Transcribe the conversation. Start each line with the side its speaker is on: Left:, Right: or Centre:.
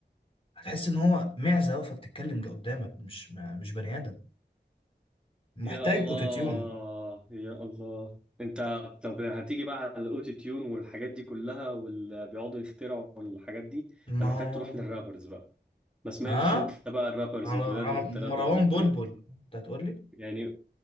Left: هتحس ان هو معزة واقفة بتتكلم جا- قدامك مش ما... مش بني ادم محتاج
Centre: يا الله
Left: اوتوتيون
Centre: يا الله انت طب هتيجي بقى على الاوتو تيون والحاجات دي كلها واللي بيقعدوا يخترعوا الحاجات دي
Left: ما
Centre: انت محتاج تروح
Left: هو
Centre: للرابرز بقى ما سمعتش
Left: ها
Centre: انت بقى الرابرز
Left: على
Centre: الجداد
Left: على
Centre: والترابرز
Left: مروان
Centre: الجداد
Left: بلبل انت هتقول لي
Centre: يعني